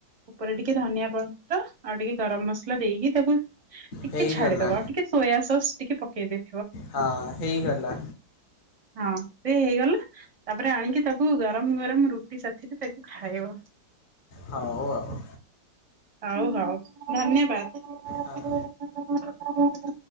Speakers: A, on the right (about 30°); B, on the left (about 45°).
A: ଉପରେ ଟିକେ ଧନିଆ ପତ୍ର ଆଉ ଟିକେ ଗରମ ମସଲା ଦେଇକି ତାକୁ- ଟିକେ
B: ହେଇଗଲା
A: ଛାଡିଦବା ଆଉ ଟିକେ ସୋୟା ସସ୍ ଟିକେ ପକେଇଦେ-
B: ହଁ ହେଇଗଲା।
A: ହଁ ସେ ହେଇଗଲା। ତାପରେ ଆଣିକି ତାକୁ ଗରମ ଗରମ ରୁଟି ସାଥିରେ ତାକୁ ଖାଇବ।
B: ହଉ ଆଉ।
A: ହଉ ହଉ ଧନ୍ୟବାଦ।
B: ହଁ।